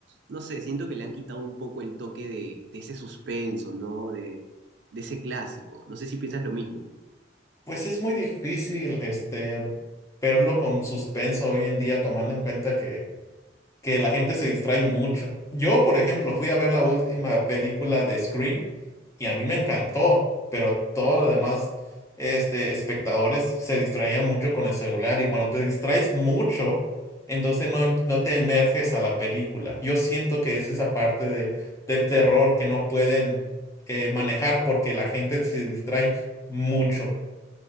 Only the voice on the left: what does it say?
Pues es muy difícil, este, verlo con suspenso hoy en día, tomando en cuenta que que la gente se distrae mucho. Yo, por ejemplo, fui a ver la última película de Scream y a mí me encantó, pero todos los demás este, espectadores se distraían mucho con el celular y cuando te distraes mucho, entonces no, em, no te emerges a la película. Yo siento que es esa parte de, del terror que no pueden eh, manejar porque la gente se distrae mucho.